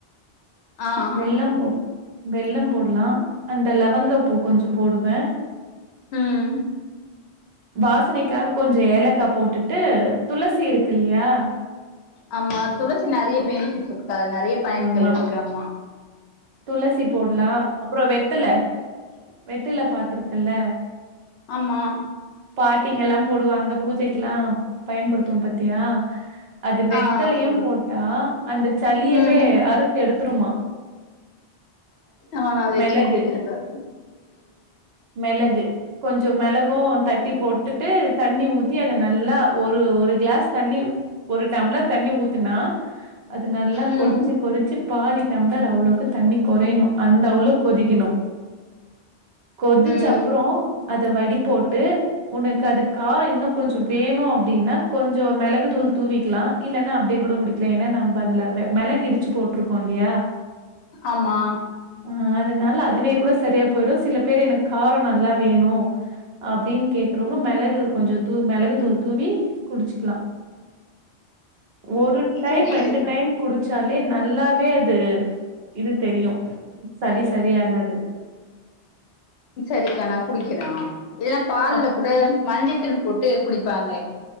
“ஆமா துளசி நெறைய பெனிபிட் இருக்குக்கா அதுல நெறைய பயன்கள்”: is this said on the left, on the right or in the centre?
Left